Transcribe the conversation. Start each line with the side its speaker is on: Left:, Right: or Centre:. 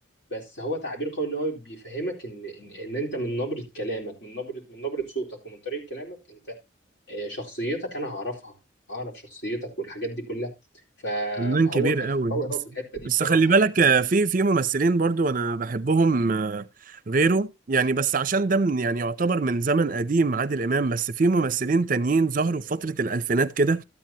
Left: بس هو تعبير قوي اللي هو بيفهمك ان ان, إن انت من نبرة كلامك من نبرة من نبرة صوتك ومن طريقة كلامك انت آه، شخصيتك انا هعرفها اعرف شخصيتك والحاجات دي كلها ف...
Right: فنان
Left: فهو
Right: كبير
Left: كان
Right: قوي
Left: قوي
Right: بس
Left: قوي في الحته دي
Right: بس
Left: بصراحه
Right: خلي بالك
Left: يعني
Right: آه، في في ممثلين برضو انا بحبهم آه، غيره يعني بس عشان ده من يعني يعتبر من زمن قديم عادل امام بس في ممثلين تانيين ظهروا في فترة الالفينات كده